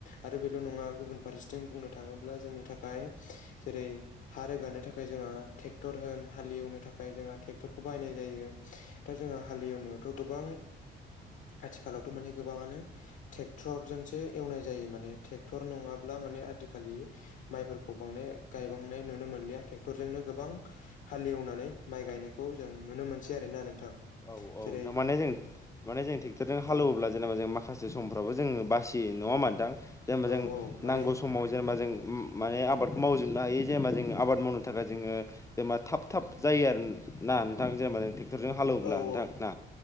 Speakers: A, on the left; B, on the left.
A: आरो बे ल' नङा गुबुन फारसेथिं बुंनो थाङोब्ला जोंनि थाखाय जेरै हा रोगानो थाखाय जोंहा ट्रेक्टर होन हाल एवनो थाखाय जोंहा ट्रेक्टरखौ बाहायनाय जायो दा जोंहा हालेवनायावथ' गोबां <unintelligible> आथिखालावथ' माने गोबाङानो ट्रेक्टरजोंसो एवनाय जायो माने ट्रेक्टर नङाब्ला माने आथिखालि माइफोरखौ बांने गायबांनाय नुनो मोनलिया ट्रेक्टरजोंनो गोबां हालेवनानै माइ गायनायखौ जों नुनो मोनसै आरोना नोंथां।
B: औ औ
A: जेरै
B: <unintelligible> जों माने जों ट्रेक्टरजों हालौवोब्ला
A: औ
B: जेनेबा जों मा खासे समफ्राबो जोङो बासियो नङा होनबा नोंथां जेनेबा
A: औ
B: जों
A: औ माने
B: नांगौ समाव जेनेबा
A: औ
B: जों <unintelligible> आबादखौ मावजोबनो हायो जेनेबा जों आबाद मावनो थाखाय जोङो जेनबा थाब थाब जायो आरो ना नोंथां जेनबा जों ट्रेक्टरजों हालौब्ला
A: औ
B: नोंथां
A: औ
B: ना